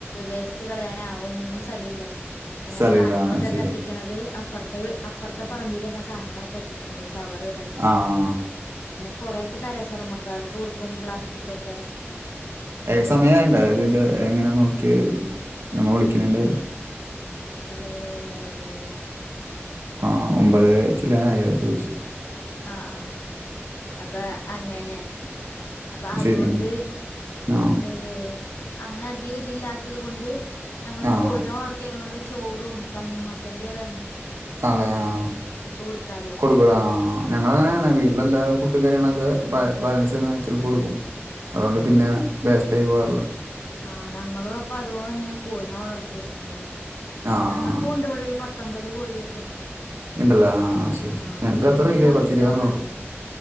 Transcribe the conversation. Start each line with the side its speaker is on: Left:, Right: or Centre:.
Left: വേസ്റ്റ് കളയാനാ ഒന്നിനും സ്ഥലം ഇല്ല അങ്ങെനെ
Right: സ്ഥലല്ല
Left: സാധനങ്ങളൊക്കെ
Right: ആഹ് ശരി.
Left: കത്തിക്കണത് അപ്പറ അപ്പുറത്തെ പറമ്പില സാധനങ്ങളൊക്കെ കത്തിക്കണത് ചവറ്
Right: ആ ആ ആ
Left: കൊറെക്കെ കരസർമക്കാർക്ക് കൊടുക്കും പ്ലാസ്റ്റിക്കൊക്കെ
Right: ഏ സമയൊണ്ടോ ഇതിന്റെ എങ്ങനാ നോക്കി ഞമ്മ വിളിക്കണേണ്ട്
Left: ഇല്ല ഇല്ല ഇല്ല ഇല്ല ഇല്ല
Right: ആ ഒമ്പത് ചില്ലാനാ ആയോന്ന് ചോദിച്ചു
Left: ആ ആ അപ്പൊ അങ്ങനെ അപ്പൊ അതുകൊണ്ട്
Right: ശരി ആഹ്
Left: ഏ അങ്ങനെ അധികം ഇതില്ലാത്തത് കൊണ്ട് ഞങ്ങൾ
Right: ആഹ്
Left: കോഴിനെ വളർത്തിയെക്കണ കൊണ്ട് ചോറും തണ്ണിമത്തന്റേതു
Right: അണല്ലേ ആ ആ
Left: കൊടുക്കാലോ
Right: കൊടുക്കൂലേ ആ ആ ഞങ്ങളങ്ങനെയാണ്
Left: ആഹ്
Right: വീട്ടിലെല്ലാ ഫുഡും കാര്യങ്ങളൊക്കെ ബാ ബാലൻസ് വന്നാ <unintelligible> കൊടുക്കും അതുകൊണ്ട് പിന്നെ വേസ്റ്റായി പോകാറില്ല
Left: ആ ഞങ്ങളും അപ്പൊ അതുപപോലെ തന്നെയാ കോഴിനെ വളർത്തിയേ ക്കണത്
Right: ആഹ്
Left: ഞങ്ങൾക്കുവുണ്ട് ഇവിടെ ഒരു പത്തൊമ്പത് കോഴിയൊക്കെ ഉണ്ട്
Right: ഇണ്ടല്ല ആ ശരി ശരി
Left: ആഹ്
Right: ഞങ്ങക്ക്
Left: വീടിന്റെ
Right: അത്ര ഇല്ല
Left: മോളിലിട്ടാ
Right: പത്തിരൂപതെണ്ണേ
Left: വളർത്തണേ
Right: ഉള്ളു